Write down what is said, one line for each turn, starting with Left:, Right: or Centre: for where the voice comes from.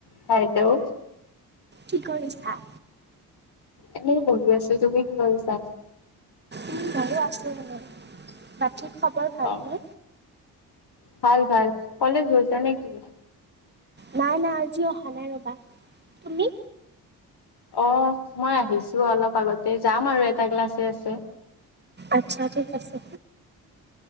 Left: বাইদেউ।
Right: কি কৰিছা?
Left: এনে বহি আছো তুমি কি কৰিছা?
Right: উম ভালে আছো বাৰু বাকি খবৰ ভালনে?
Left: অ'। ভাল ভাল কলেজ গৈছা নেকি?
Right: নাই নাই আজি অহা নাই ৰবা তুমি?
Left: অ মই আহিছো অলপ আগতে যাম আৰু এটা ক্লাছে আছে।
Right: আচ্ছা ঠিক আছে।